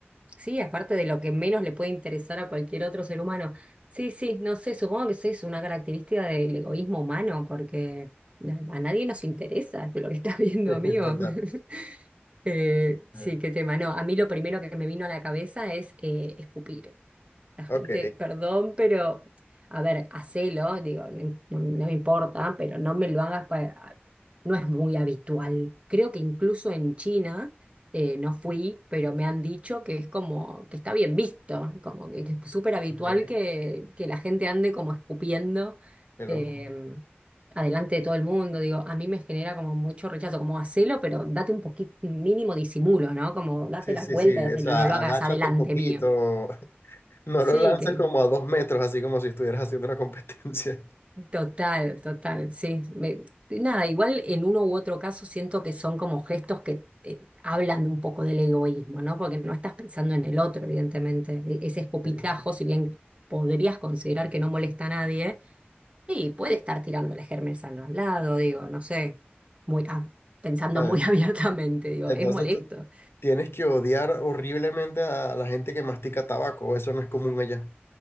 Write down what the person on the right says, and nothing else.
Sí, aparte de lo que menos le puede interesar a cualquier otro ser humano. Sí, sí, no sé, supongo que eso es una característica del egoísmo humano, porque a nadie nos interesa lo que estás viendo,
amigos.
<laughs> Eh, sí,
qué tema. No, a mí lo primero que me vino a la cabeza es eh, escupir. La gente,
perdón, pero, a ver, hacelo, digo, no, im- no- no me importa, pero no me lo hagas para... No es muy habitual. Creo que incluso en China, eh, no fui, pero me han dicho que es como, que está bien visto, como que es súper habitual
que, que la gente ande como escupiendo
eh, adelante de todo el mundo. Digo, a mí me genera como mucho rechazo, como hacelo, pero date un poquito, mínimo disimulo, ¿no? Como date
la
vuelta
y hacelo,
no lo hagas
adelante
mío.
Sí,
que
Total, total, sí. Me- nada, igual en uno u otro caso siento que son como gestos que eh, hablan un poco del egoísmo, ¿no? Porque no estás pensando en el otro, evidentemente. E- Ese escopitajo,
si bien podrías considerar que no molesta a nadie, y puede estar tirándole gérmenes al lado, digo, no sé, muy, ah, pensando
muy
<laughs> abiertamente, digo,
es molesto.